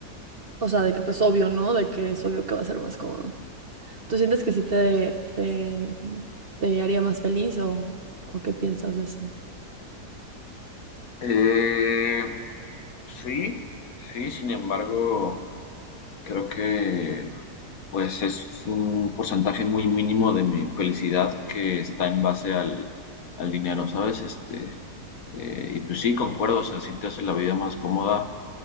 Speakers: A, on the right; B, on the left.
A: o sea, de que pues obvio, ¿no? De que es obvio que va a ser más cómodo. ¿Tú sientes que sí te, te, te haría más feliz o, o qué piensas de eso?
B: Eh, sí, sí, sin embargo, creo que pues es un porcentaje muy mínimo de mi felicidad que está en base al, al dinero, ¿sabes? Este, eh, y pues sí, concuerdo, o sea, sí te hace la vida más cómoda,